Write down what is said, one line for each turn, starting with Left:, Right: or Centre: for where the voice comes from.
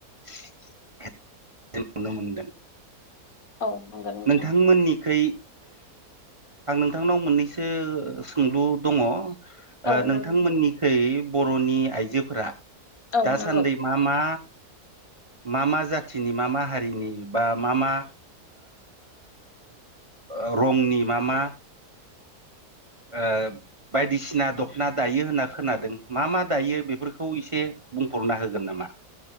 Right: <inaudible> नुनो मोनदों
Left: औ नंगौ नोंथां
Right: नोंथांमोननिखै आं नोंथांनाव मोननैसो सोंलु दङ' ओ
Left: औ
Right: नोंथांमोननिखै
Left: नंगौ
Right: बर'नि आइजोफोरा
Left: औ
Right: दासान्दि
Left: नंगौ
Right: मा मा मा मा जाथिनि मा मा हारिनि बा मा मा ओ रंनि मा मा ओ बायदिसिना दख'ना दायो होनना खोनादों मा मा दायो बेफोरखौ एसे बुंफुरना होगोन नामा?